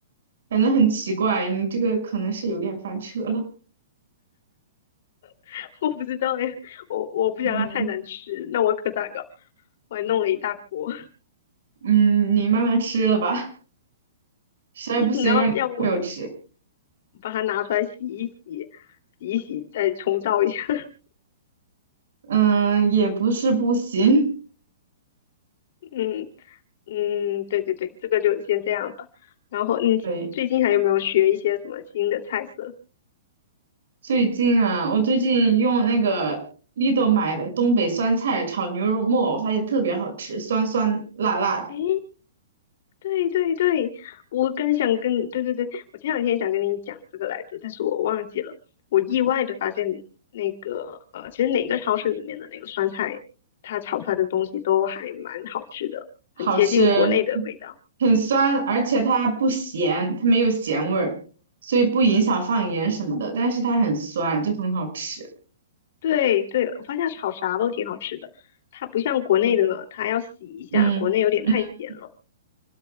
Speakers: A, on the right (about 75°); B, on the left (about 50°).
A: 反正很奇怪，你这个可能是有点翻车了。
B: <laughs> 我不知道哎，我我不想它太难吃，
A: 嗯
B: 那我可咋搞？我还弄了一大锅，
A: 嗯，你慢慢吃了吧，实在不行让你朋友吃。
B: <laughs> 然后要不我就把它拿出来洗一洗，洗一洗再重造一下。<laughs>
A: 嗯，也不是不行。
B: 嗯嗯，对对对，这个就先这样吧。然后你最近还有没有学一些什么新的菜色？
A: 对，最近啊，我最近用那个 l i 买的东北酸菜炒牛肉末，我发现特别好吃，酸酸辣辣的，
B: 诶对对对，我刚想跟你，对对对，我前两天想跟你讲这个来着，但是我忘记了。我意外的发现，那个呃，其实哪个超市里面的那个酸菜，它炒出来的东西都还蛮好吃的，
A: 好吃，
B: 很接近国内的味道。
A: 很酸，而且它不咸，它没有咸味儿，所以不影响放盐什么的，但是它很酸，就很好吃。
B: 对对，我发现炒啥都挺好吃的，它不像国内的，它要洗一下，
A: 嗯嗯，
B: 国内有点太咸了。